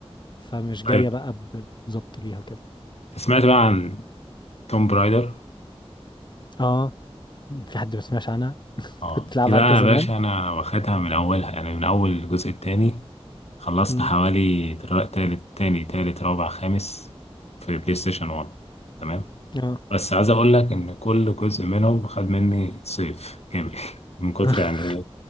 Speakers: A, on the left; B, on the left.
A: فمش جايه
B: طيب
A: بقى ب- بالظبط ليها وكده
B: سمعت بقى عن توم برايدر
A: اه في حد ما سمعش عنها
B: اه
A: كنت تلعبها
B: دي بقى
A: انت زمان
B: يا باشا انا واخدها من اولها يعني من اول الجزء التاني خلصت
A: امم
B: حوالي دلوقتي تالت تاني تالت رابع خامس في بلاي ستيشن 1 تمام
A: اه
B: بس عايز اقول لك ان كل جزء منهم خد مني صيف كامل <laughs> من كتر
A: <laughs>
B: يعني ايه